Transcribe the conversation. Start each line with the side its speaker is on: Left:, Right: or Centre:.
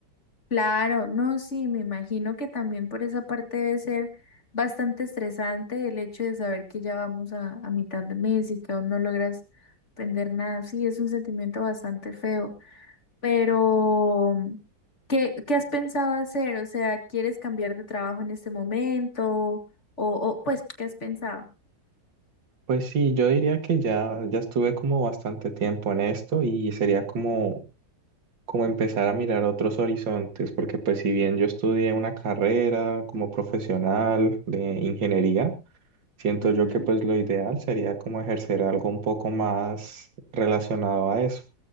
Left: Claro, no, sí, me imagino que también por esa parte debe ser bastante estresante el hecho de saber que ya vamos a, a mitad de mes y que aún no logras aprender nada. Sí, es un sentimiento bastante feo, pero ¿qué, qué has pensado hacer? O sea, ¿quieres cambiar de trabajo en este momento? O, o pues, ¿qué has pensado?
Right: Pues sí, yo diría que ya, ya estuve como bastante tiempo en esto y sería como como empezar a mirar otros horizontes, porque pues si bien yo estudié una carrera como profesional de ingeniería, siento
Left: Ujú.
Right: yo que pues lo ideal sería como ejercer algo un poco más relacionado a eso.